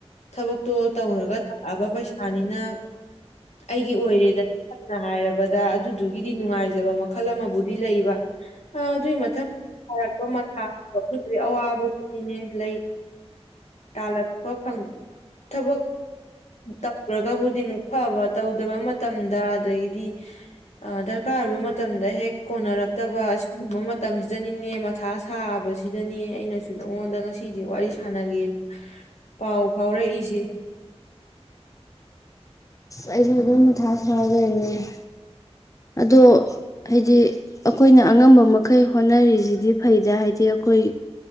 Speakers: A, on the left (about 85°); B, on the left (about 30°).
A: ꯊꯕꯛꯇꯣ ꯇꯧꯔꯒ ꯇꯥꯛꯑꯕ ꯄꯩꯁꯥꯅꯤꯅ ꯑꯩꯒꯤ ꯑꯣꯏꯔꯦꯗ ꯁꯝꯅ ꯍꯥꯏꯔꯕꯗ ꯑꯗꯨꯗꯨꯒꯤꯗꯤ ꯅꯨꯡꯉꯥꯏꯖꯕ ꯃꯈꯜ ꯑꯃꯕꯨꯗꯤ ꯂꯩꯕ ꯑꯗꯨꯏ ꯃꯊꯪ ꯍꯥꯏꯔꯛꯄ ꯊꯥ ꯑꯗꯨꯒꯤ ꯑꯋꯥꯕꯗꯨꯗꯤꯅꯦ ꯂꯩ ꯇꯥꯜꯂꯛꯄ ꯐꯪ ꯊꯕꯛ ꯇꯧꯈꯒꯕꯨꯗꯤ ꯑꯃꯨꯛ ꯐꯕ ꯇꯧꯗꯕ ꯃꯇꯝꯗ ꯑꯗꯒꯤꯗꯤ ꯗꯔꯀꯥꯔ ꯑꯣꯏꯕ ꯃꯇꯝꯗ ꯍꯦꯛ ꯀꯣꯟꯅꯔꯛꯇꯕ ꯑꯁꯤꯒꯨꯝꯕ ꯃꯇꯝꯁꯤꯗꯅꯤꯅꯦ ꯃꯊꯥ ꯁꯥꯕꯁꯤꯗꯅꯦ ꯑꯩꯅꯁꯨ ꯅꯉꯣꯟꯗ ꯉꯁꯤꯁꯦ ꯋꯥꯔꯤ ꯁꯥꯟꯅꯒꯦꯅ ꯄꯥꯎ ꯐꯥꯎꯔꯛꯏꯁꯦ
B: ꯑꯩꯁꯨ ꯑꯗꯨ ꯃ ꯊꯥꯁ ꯍꯥꯏꯔꯒꯒꯦ ꯑꯗꯣ ꯍꯥꯏꯗꯤ ꯑꯩꯈꯣꯏꯅ ꯑꯉꯝꯕ ꯃꯈꯩ ꯍꯣꯠꯅꯔꯤꯁꯤꯗꯤ ꯐꯩꯗ ꯍꯥꯏꯗꯤ ꯑꯩꯈꯣꯏ